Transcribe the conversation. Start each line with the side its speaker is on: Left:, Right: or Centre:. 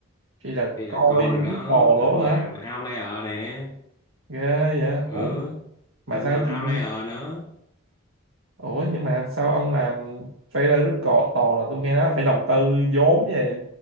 Right: Chị là
Left: Đây
Right: coi
Left: là con
Right: Beatles
Left: rồi đó
Right: đó
Left: là tôi làm
Right: hả?
Left: outlayer nè
Right: Ghê vậy.
Left: ừ
Right: Ủa mà
Left: tôi
Right: sao
Left: làm
Right: chị
Left: outlayer nữa
Right: Ủa nhưng mà sao ông làm trailer rất cò tò là tôi nghe nó phải đầu tư vốn vậy.